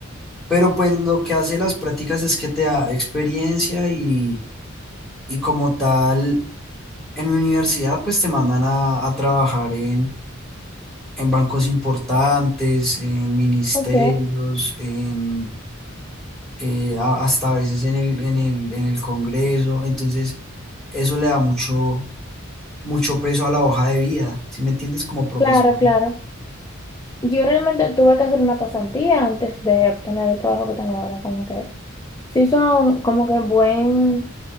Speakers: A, in the centre; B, on the left.
A: pero pues lo que hace las prácticas es que te da experiencia y, y como tal, en mi universidad pues te mandan a, a trabajar en, en bancos importantes, en ministerios,
B: Ok.
A: en... eh, a- hasta a veces en el, en el, en el Congreso, entonces eso le da mucho, mucho peso a la hoja de vida, ¿sí me entiendes? Como profesional.
B: Claro, claro. Yo realmente tuve que hacer una pasantía antes de obtener el trabajo que tengo ahora, como que sí son como que buen,